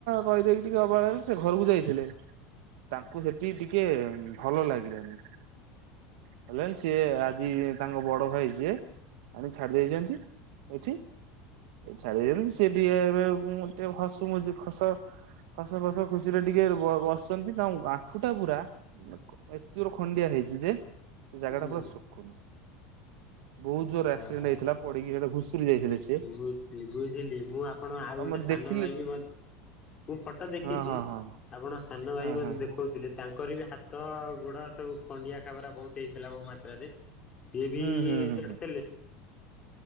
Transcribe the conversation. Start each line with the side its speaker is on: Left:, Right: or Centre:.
Right: ରହିଦେଇକି ଟିକେ ଅବାଗିଆ ସେ ଘରକୁ ଯାଇଥିଲେ ତାଙ୍କୁ ସେଠି ଟିକେ ଭଲ ଲାଗିଲାନି ଭଲ ଲାଗେନି ସିଏ ଆଜି ତାଙ୍କ ବଡ଼ ଭାଇ ଯିଏ ଆଣିକି ଛାଡ଼ି ଦେଇଛନ୍ତି ଏଠି ଏ ଛାଡିଦେଇଚନ୍ତି ସେ ଟିକେ ଏବେ ଟିକେ ହସୁ ମୁୁ ଖସ ହସ ଖୁସ ଖୁସିରେ ଟିକେ ବସିଛନ୍ତି ତାଙ୍କ ଆଣ୍ଠୁ ଟା ପୁରା ଏତେଯୋରେ ଖଣ୍ଡିଆ ହେଇଚି ଯେ ସେ ଜାଗାଟା
Left: ହୁଁ
Right: ପୁରା ଶୁଖୁନି ବହୁତ ଜୋର
Left: ଓହୋ
Right: ଆକ୍ସିଡେଣ୍ଟ ହେଇଥିଲା ପଡିକି ସେଟା ଘୁଷୁରି ଯାଇଥିଲେ
Left: ବୁଝ
Right: ସିଏ।
Left: ବୁଝି ବୁଝିଲି ମୁଁ ଆପ ଆପଣ ଆଉ
Right: ତମ
Left: ଗୋଟେ ସାନ
Right: ଦେଖିଲେ
Left: ଭାଇ ବି ମୁଁ ଫଟୋ ଦେଖିଚି
Right: ହଁ ହଁ ହଁ
Left: ଆପଣଙ୍କ ସାନ ଭାଇ
Right: ହଁ
Left: ମୋତେ
Right: ହଁ
Left: ଦେଖଉଥିଲେ?
Right: ହଁ।
Left: ତାଙ୍କର ବି ହାତ ଗୋଡ଼ ସବୁ ଖଣ୍ଡିଆ ଖାବରା ବହୁତ ହେଇଥିଲା ମୋ ମାତ୍ରାରେ ସେଏ ବି
Right: ହୁଁ ହୁଁ ହୁଁ
Left: <unintelligible>
Right: ହୁଁ।